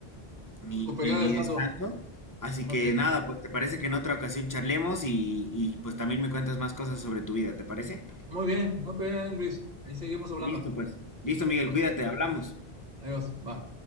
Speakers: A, on the left; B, on the right.
A: mi,
B: Tu periodo
A: mi, mi
B: de descanso.
A: descanso. Así
B: Ok.
A: que nada, pues te parece que en otra ocasión charlemos y, y pues también me cuentas más cosas sobre tu vida, ¿te parece?
B: Muy bien, muy bien, Luis. Ahí seguimos hablando.
A: Listo, pues. Listo, Miguel,
B: Va.
A: cuídate, hablamos.
B: Adiós. Bye.